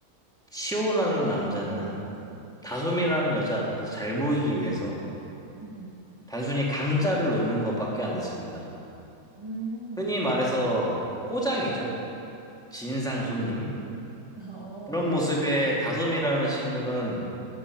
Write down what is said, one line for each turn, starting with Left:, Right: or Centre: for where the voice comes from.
Centre: 치호라는 남자는 다솜이라는 여자 앞에서 잘 보이기 위해서
Right: 음,
Centre: 단순히 강짜를 놓는 것밖에 안 됐습니다.
Right: 음.
Centre: 흔히 말해서 호장이죠. 진상 손님.
Right: 음, 어.
Centre: 그런 모습에 다솜이라는 친구는